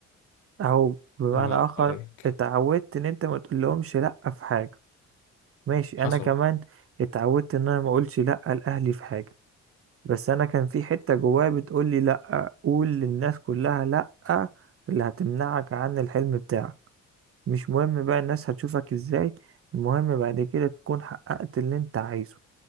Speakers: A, on the right (about 45°); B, on the left (about 80°).
A: او بمعنى
B: الله ينور
A: اخر
B: عليك
A: اتعودت ان انت ما تقول لهمش لا في حاجة ماشي
B: حصل
A: انا كمان اتعودت ان انا ما اقولش لا لاهلي في حاجه بس انا كان في حته جوايا بتقول لي لا قول للناس كلها لا اللي هتمنعك عن الحلم بتاعك مش مهم بقى الناس هتشوفك ازاي المهم بعد كده تكون حققت اللي انت عايزه